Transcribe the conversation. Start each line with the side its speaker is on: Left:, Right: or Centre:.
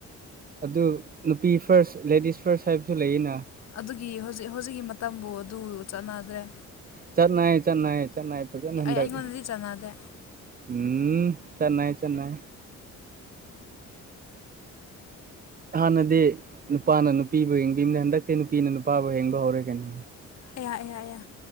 Right: ꯑꯗꯨ ꯅꯨꯄꯤ ꯐꯥꯔꯁ ꯂꯦꯗꯤꯁ ꯐꯥꯔꯁ ꯍꯥꯏꯕꯁꯨ ꯂꯩꯌꯦꯅ
Left: ꯑꯗꯨꯒꯤ ꯍꯧꯖꯤꯛ ꯍꯧꯖꯤꯛꯀꯤ ꯃꯇꯝꯕꯨ ꯑꯗꯨ ꯆꯠꯅꯗ꯭ꯔꯦ
Right: ꯆꯠꯅꯩ ꯆꯠꯅꯩ ꯆꯠꯅꯩ ꯐꯖꯅ ꯍꯟꯗꯛ
Left: ꯑꯩꯉꯣꯟꯗꯗꯤ ꯆꯥꯟꯅꯗꯦ
Right: ꯎꯝ ꯆꯠꯅꯩ ꯆꯠꯅꯩ ꯍꯥꯟꯅꯗꯤ ꯅꯨꯄꯥꯅ ꯅꯨꯄꯤꯕꯨ ꯌꯦꯡꯕꯤꯕꯅꯦ ꯍꯟꯗꯛꯇꯤ ꯅꯨꯄꯤꯅ ꯅꯨꯄꯥꯕꯨ ꯌꯦꯡꯕ ꯍꯧꯔꯒꯅꯤ
Left: ꯑꯌꯥ ꯑꯌꯥ ꯑꯌꯥ